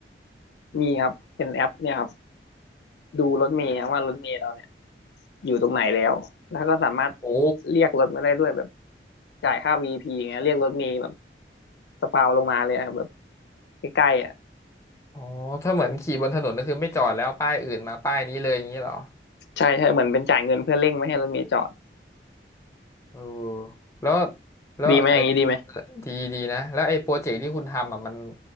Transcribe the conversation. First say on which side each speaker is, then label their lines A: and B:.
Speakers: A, on the left; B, on the left.
A: มีครับเป็นแอปเนี่ยครับดูรถเมล์ครับว่ารถเมล์เราเนี่ยอยู่ตรงไหนแล้วแล้วก็สามารถ
B: โอ้
A: เรียกรถมาได้ด้วยแบบจ่ายค่า VP อพีอย่างเงี้ยเรียกรถเมล์แบบสปาวลงมาเลยอะแบบใกล้ๆอ่ะ
B: อ๋อถ้าเหมือนขี่บนถนนก็คือไม่จอดแล้วป้ายอื่นมาป้ายนี้เลยอย่างนี้เหรอ
A: ใช่ใช่เหมือนเป็นจ่ายเงินเพื่อเร่งไม่ให้รถเมล์จอด
B: เออแล้วแล้วไอ้
A: ดีไหมอย่างนี้ดีไหม
B: ดีดีนะแล้วไอ้โปรเจกต์ที่คุณทำอ่ะมัน